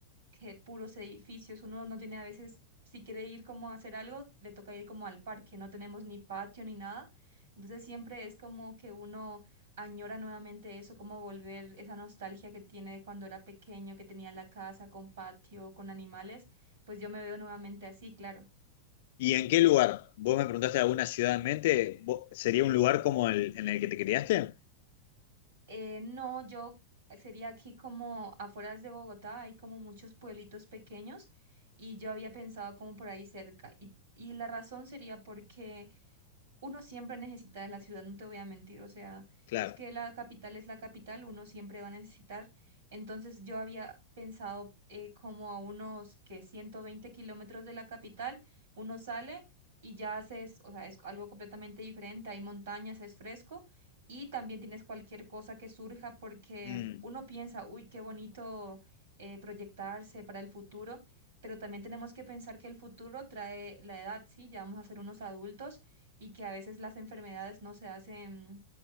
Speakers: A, on the right; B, on the left.
A: que puros edificios, uno no tiene a veces si quiere ir como a hacer algo, le toca ir como al parque, no tenemos ni patio ni nada. Entonces siempre es como que uno añora nuevamente eso, como volver esa nostalgia que tiene de cuando era pequeño, que tenía la casa con patio, con animales, pues yo me veo nuevamente así, claro.
B: ¿Y en qué lugar? ¿Vos me preguntaste alguna ciudad en mente? ¿Vos- ¿Sería un lugar como el en el que te criaste?
A: Eh, no, yo sería aquí como afueras de Bogotá, hay como muchos pueblitos pequeños y yo había pensado como por ahí cerca. Y, y la razón sería porque... uno siempre necesita de la ciudad, no te voy a mentir, o sea,
B: Claro.
A: es que la capital es la capital, uno siempre va a necesitar. Entonces yo había pensado eh, como a unos que 120 kilómetros de la capital, uno sale y ya haces, o sea, es algo completamente diferente, hay montañas, es fresco y también tienes cualquier cosa que surja porque
B: Mm.
A: uno piensa, uy, qué bonito eh, proyectarse para el futuro. Pero también tenemos que pensar que el futuro trae la edad, ¿sí? Ya vamos a ser unos adultos y que a veces las enfermedades no se hacen,